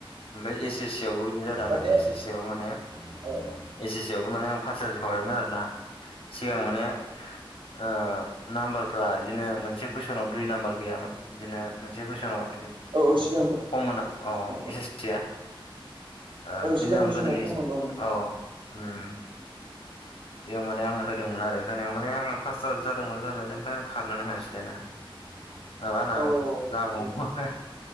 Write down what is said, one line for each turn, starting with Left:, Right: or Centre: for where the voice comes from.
Left: ओमफ्राय एस एस सि आवबो बिदिनो जादों आना
Right: माने
Left: एस एस सि आव माने
Right: औ औ
Left: एस एस सि आवबो माने आं फास जाजोब खाबायमोन आरोना सिगां माने ओ नाम्बारफ्रा बिदिनो मोनसे कुइसनाव दुइ नाम्बार गैयामोन बिदिनो मोनसे कुइसनाव
Right: औ सिगांखौ
Left: हम औ
Right: सिगां औ
Left: एस एस सिया ओ
Right: औ
Left: बिदिनो
Right: सिगांनि
Left: आं गोदोनि
Right: समाव खममोन नोंथां
Left: औ उम उम बेयाव माने आं होदोंमोन आरो होनायाव माने आंङो फासट जादोंमोन जानायालाय ओमफ्राय आं खारनोनो हायासै लायना
Right: <unintelligible>
Left: नङाबा आंना
Right: औ
Left: जागौमोन
Right: दे
Left: खोना